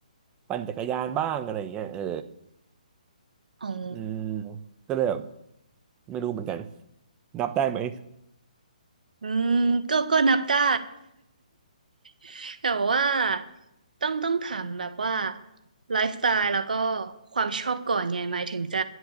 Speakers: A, on the right; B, on the right.
A: ปั่นจักรยานบ้างอะไรเงี้ยเออ
B: อ๋อ
A: อืมก็เลยแบบไม่รู้เหมือนกันนับได้ไหม
B: อืมก็ก็นับได้ <laughs> แต่ว่าต้องต้องถามแบบว่าไลฟ์สไตล์แล้วก็ความชอบก่อนไงหมายถึงจะ